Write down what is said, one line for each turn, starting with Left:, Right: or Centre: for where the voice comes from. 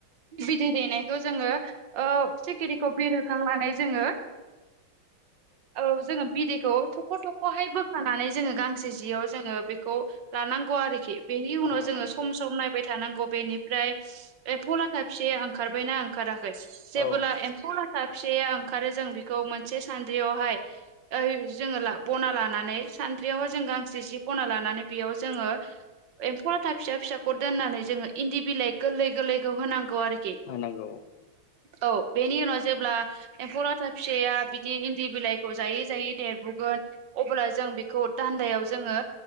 Right: बिदै दैनायखौ जोङो सिखिरिखौ बिरहोखांनानै जोङो औ जोङो बिदैखौ थख' थख'हाय बोखानानै जोङो गांसे जियाव जोङो बेखौ लानांगौ आरोखि बेनि
Left: नंगौ
Right: उनाव जोङो
Left: नंगौ
Right: सम सम नायबाय थानांगौ बबेनिफ्राय एम्फौ लाथा फिसाया ओंखारबायना ओंखाराखै जेबोला
Left: औ
Right: एम्फौ लाथा फिसा फिसाया ओंखारो जों बेखौ मोनसे सान्द्रियावहाय जोङो बना लानानै सान्द्रियाव जों गांसे जि बना लानानै बेयाव जोङो एम्फौ लाथा फिसा फिसाखौ दोननानै जोङो इन्दि बिलाइ गोरलै गोरलैखौ होनांगौ आरोखि
Left: होनांगौ
Right: औ बेनि उनाव जेब्ला एम्फौ लाथा फिसाया बिदि इन्दि बिलाइखौ जायै जायै देरबोगोन अब्ला जों बेखौ दान्दायाव जोङो